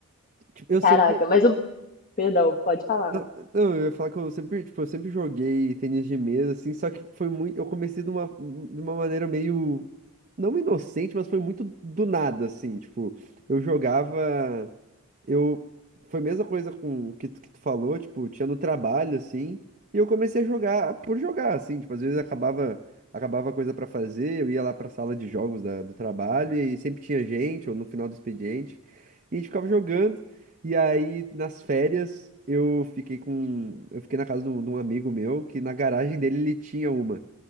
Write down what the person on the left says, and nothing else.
Caraca, mas eu. Perdão, pode falar.